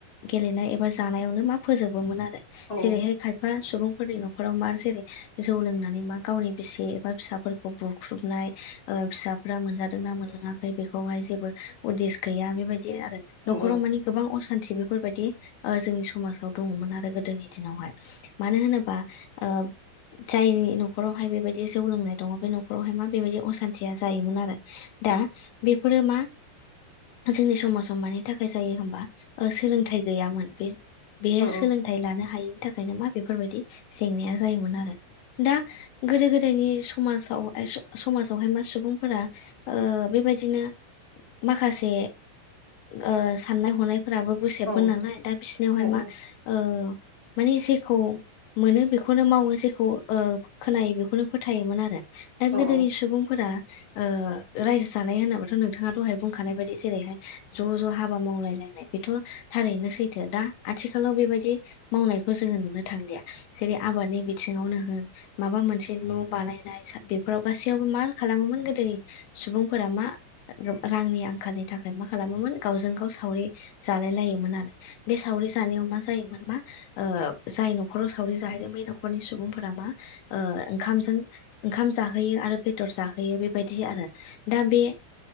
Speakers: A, on the left; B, on the left.
A: गेलेनाय एबा जानायावनो फोजोबोमोन आरो
B: औ
A: जेरैहाय खायफा सुबुङा सुबुंफोरनि न'खराव मा जेरै जौ लोंनानै मा गावनि बिसि एबा फिसाफोरखौ बुख्रुबनाय ओ फिसाफोरा मोनजादोंना मोनलोङाखै बेखौहाय जेब बो उदिस गैया बेबायदि आरो नख'राव
B: औ
A: माने गोबां खानथि बेफोरबायदि ओ जोंनि समाजाव दङ'मोन आरो गोदोनि दिनावहाय मानो होनोबा ओ जायनि न'खरावहाय बेबायदि जौ लोंनाय दङ' बे न'खरावहाय मा बेबायदि असानथिया जायोमोन आरो दा बेफोरो मा जोंनि समाजाव मानि थाखाय जायो होमबा ओ सोलोंथाइ गैयामोन बे बेयो
B: औ
A: सोलोंथाइ लानो हायैनि थाखायनो मा बेफोरबायदि जेंनाया जायोमोन आरो दा गोदो-गोदायनि समाजाव समाजावहाय मा सुबुंफोरा ओ बे बेबायदिनो माखासे ओ साननाय हनाय फोराबो गुसेबमोन
B: औ
A: नालाय दा बिसिनियावहाय
B: औ
A: मा ओ माने जेखौ मोनो बेखौनो मावो जेखौ ओ खोनायो बेखौनो फोथायोमोन आरो दा
B: औ
A: गोदोनि सुबुंफोरा ओ रायजो जानाय होनोबाथ' नों नोंथाङा दहाय बुंखानाय बायदि जेरैहाय ज' ज' हाबा मावलायलायनाय बेथ' थारैनो सैथो दा आथिखालाव बेबायदि मावनायखौ जोङो नुनो थांलिया जेरै आबादनि बिथिङावनो होन माबा मोनसे न' बानायनाय बे फोराव गासैयावबो मा खालामोमोन गोदोनि सुबुंफोरा मा रांनि आंखालनि थाखाय मा खालामोमोन गावजों गाव सावरि जालाय लायोमोन आरो बे सावरि जानायाव मा जायोमोन मा ओ जाय न'खराव सावरि जाहैदों बै न'खरनि सुबुंफोरा मा ओ ओंखामजों ओंखाम जाहोयो आरो बेदर जाहोयो बेबायदि आरो दा बे